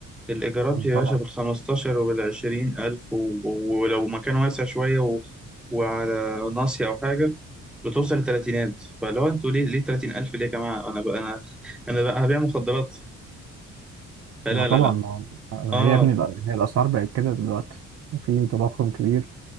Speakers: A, in the centre; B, on the right (about 55°).
A: الإيجارات يا
B: طبعا
A: باشا بالخمستاشر وبالعشرين ألف و- ولو مكان واسع شوية و... وعلى ناصية أو حاجة بتوصل لتلاتينات فلو انتوا ليه ليه تلاتين ألف ليه يا جماعة أنا بقى أنا أنا بقى هبيع مخدرات فلا
B: ما طبعا
A: لا لا
B: ما ما
A: اه
B: هي يا ابني الأ- هي الأسعار بقت كده دلوقتي وفي تضخم كبير